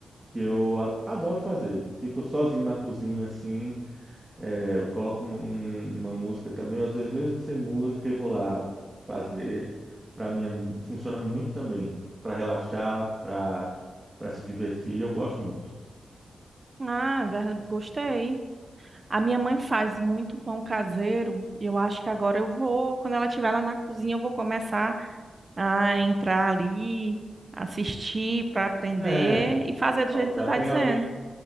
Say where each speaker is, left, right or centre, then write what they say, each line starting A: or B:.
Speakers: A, on the right; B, on the right.
A: que eu a- adoro fazer. Fico sozinho na cozinha assim, é, eu coloco um- um- uma música também, às vezes mesmo sem música eu vou lá fazer. Para mim é- funciona muito também para relaxar, para para se divertir. e Eu gosto muito.
B: ah, ver- gostei. A minha mãe faz muito pão caseiro e eu acho que agora eu vou, quando ela estiver lá na cozinha, eu vou começar a entrar ali, assistir para aprender
A: É,
B: e fazer do
A: ó,
B: jeito
A: já
B: que tu tá
A: tem
B: dizendo.
A: alguém,